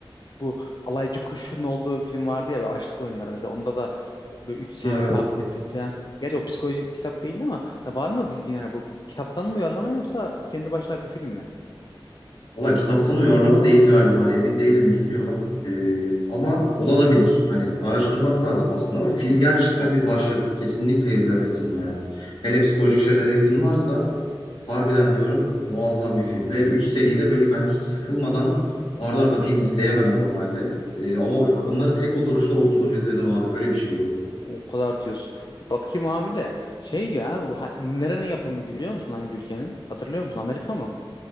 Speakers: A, on the left; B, on the left.
A: bu alaycı kuşun olduğu film vardı ya böyle açlık oyunları mesela onda da e, böyle üç seri
B: Ha, evet.
A: farklı isim falan. Gerçi o psikolojik bir kitap değildi ama hani var mı bildiğin hani bu kitaptan mı uyarlama yoksa kendi başına bir film mi?
B: Valla kitaptan uyarlama değil galiba. Emin değilim bilmiyorum. Ee, ama olabilir. Hani araştırmak lazım aslında ama film gerçekten bir başyapıt. Kesinlikle izlemelisin yani. Hele psikolojik şeylere ilgin varsa Harbiden diyorum muazzam bir film. Ve 3 seride böyle ben hiç sıkılmadan arda arda film izleyemem normalde. Ee, ama
A: Aha,
B: of- onları tek oturuşta oturdum izledim abi. Böyle bir şey yok.
A: O kadar diyorsun. Bir bakayım abi de şey diyor abi bu ha- nerenin yapımıydı biliyor musun hangi ülkenin? Hatırlıyor musun? Amerika mı?